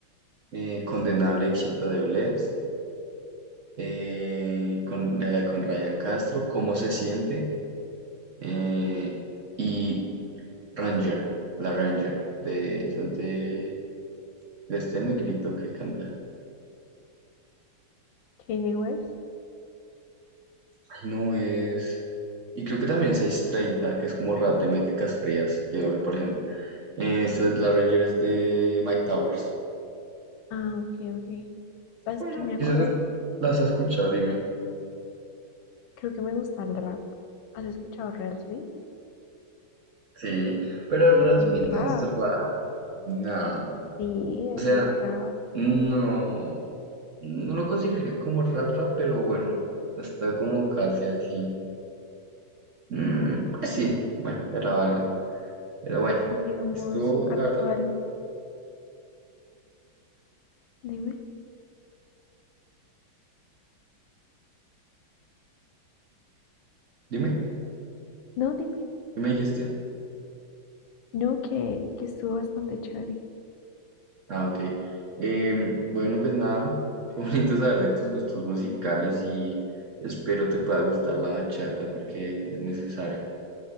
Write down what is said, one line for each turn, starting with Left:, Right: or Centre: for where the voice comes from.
Right: eh, Condenable éxito de Bless. eh, con, de la con Ryan Castro. ¿Cómo se siente? eh, y Ranger, la Ranger, de, esas de, de este negrito que canta.
Left: Kanye West.
Right: Ay, no es. Y creo que también seis treinta que es como rap de métricas frías y doble porción. Eh, esta es la Ranger es de Mike Towers.
Left: Ah, ok, ok. ¿Sabes
Right: Bueno,
Left: qué me acordé?
Right: quizás la- las has escuchado, dime.
Left: Creo que me gusta el rap. ¿Has escuchado Relsby?
Right: Sí, pero Raspi
Left: Él tiene rap.
Right: no es rap, nada.
Left: Sí,
Right: O sea,
Left: eso es rap.
Right: no, no lo consideraría como rap rap, pero bueno, está como casi así. Mm, pues sí, bueno, era algo. Pero bueno,
Left: digamos,
Right: estuvo,
Left: actual.
Right: la verdad,
Left: Dime,
Right: dime,
Left: no, dime,
Right: ¿qué me dijiste?
Left: no, que, que estuvo bastante chévere.
Right: Ah, ok. Em, bueno, pues nada, <laughs> qué bonito saber de tus gustos musicales y espero te pueda gustar la bachata porque es necesario